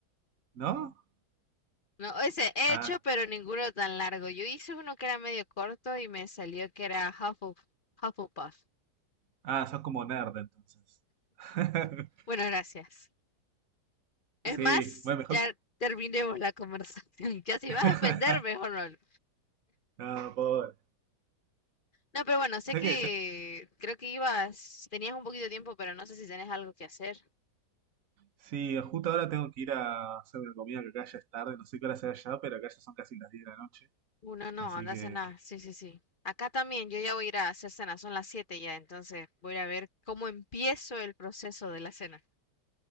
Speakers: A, on the right (about 60°); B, on the left (about 35°).
A: ¿no?
B: No, ese he
A: Ah,
B: hecho, pero ninguno tan largo. Yo hice uno que era medio corto y me salió que era Huffle- Hufflepuff.
A: ah, sos como nerd entonces. <laughs>
B: Bueno, gracias. Es
A: Sí,
B: más,
A: bueno, mejor.
B: ya terminemos la conversación. <laughs> Ya si
A: <laughs>
B: vas a ofender, mejor no.
A: No, pobre.
B: No, pero bueno, sé
A: ¿Sabés
B: que
A: qué? Sa-
B: creo que ibas, tenías un poquito de tiempo, pero no sé si tenés algo que hacer.
A: Sí, justo ahora tengo que ir a hacer una comida que acá ya es tarde. No sé qué hora será allá, pero acá ya son casi las 10 de la noche.
B: Uno no,
A: Así
B: no, anda
A: que,
B: a cenar. Sí, sí, sí. Acá también, yo ya voy a ir a hacer cena, son las 7 ya, entonces voy a ir a ver cómo empiezo el proceso de la cena.